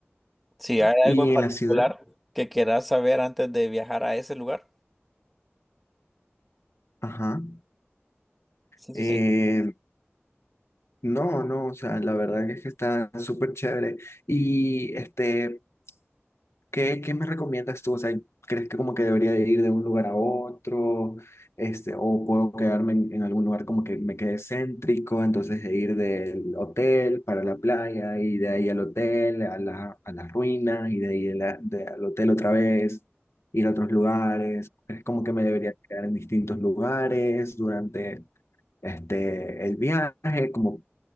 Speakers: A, in the centre; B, on the left (about 75°).
A: Si hay algo
B: Y
A: en particular
B: en la ciudad,
A: que quieras saber antes de viajar a ese lugar,
B: ajá.
A: sí,
B: eh,
A: sí, sí.
B: No, no, o sea, la verdad que es que está súper chévere. Y este, ¿qué, qué me recomiendas tú? O sea, ¿crees que como que debería de ir de un lugar a otro? Este, o puedo quedarme en, en algún lugar como que me quede céntrico, entonces de ir del hotel para la playa y de ahí al hotel, a la, a las ruinas y de ahí de la- de- al hotel otra vez, ir a otros lugares. ¿Crees como que me debería quedar en distintos lugares durante este, el viaje? Como